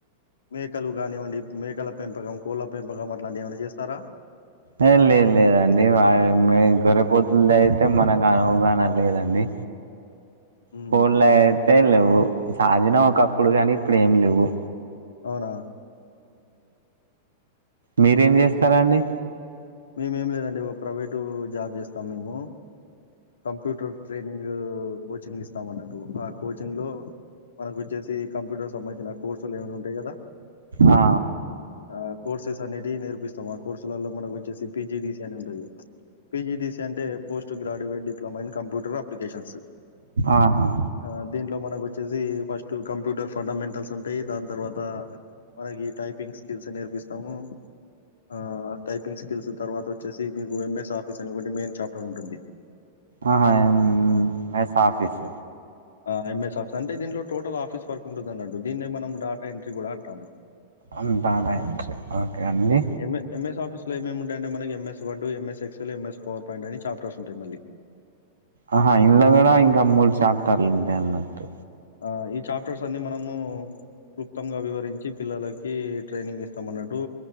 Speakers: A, on the left; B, on the right.
A: మేకలు కానివ్వండి మేకల పెంపకం కోళ్ళ పెంపకం అట్లాంటివి ఏమైనా చేస్తారా
B: ఏ లేదు లేదండి వా గురిపోతుంది అయితే మనకు అవగాహన లేదండి
A: <inaudible> హ్మ్.
B: ఫోన్లో అయితే లేవు సాగినా ఒకప్పుడు కానీ ఇప్పుడు ఏమి లేవు
A: అవునా
B: మీరేం చేస్తారు అండి
A: మేము ఏం లేదండి ఒక ప్రైవేటు జాబ్ చేస్తాము మేము కంప్యూటర్ ట్రైనింగ్ కోచింగ్ ఇస్తాం అన్నట్టు ఆ కోచింగ్లో మనకు వచ్చేసి కంప్యూటర్ సంబంధించిన కోర్సులు ఏమైనా ఉంటాయి కదా
B: ఆ
A: ఆ కోర్సెస్ అనేటివి నేర్పిస్తాం ఆ కోర్సులలో మనకు వచ్చేసి పీజిటిసీ అని ఉంటది పీజిటీసీ అంటే post graduate diploma in computer applications
B: ఆహా
A: ఆ దీంట్లో మనకు వచ్చేసి ఫస్ట్ కంప్యూటర్ ఫండమెంటల్స్ ఉంటాయి దాని తర్వాత మనకి టైపింగ్ స్కిల్స్ నేర్పిస్తాము ఆ టై పింగ్ స్కిల్స్ తర్వాత వచ్చేసి మేము ఎంఎస్ ఆఫీస్ అని ఒకటి మెయిన్ చాప్టర్ ఉంటుంది
B: ఆహా ఎంఎస్ ఆఫీస్
A: ఆ ఎంఎస్ ఆఫీస్ అంటే దీనిలో టోటల్ ఆఫీస్ వర్క్ ఉంటుంది అన్నట్టు దీన్నే మనం డాటా ఎంట్రీ కూడా అంటాము
B: అంతా అదాయం ఓకే అండి
A: ఎంఎ ఎంఎస్ ఆఫీస్లో ఏమేముంటాయంటే మనకి MS Word, MS Excel, MS PowerPoint అని చాప్టర్స్ ఉంటాయి మళ్ళీ
B: ఆహా ఇందులో కూడా ఇంకా మూడు చాప్టర్లు ఉంటాయి అన్నట్టు
A: ఆ ఈ చాప్టర్స్ అన్ని మనము క్లుప్తంగా వివరించి పిల్లలకి ట్రైనింగ్ ఇస్తామన్నట్టు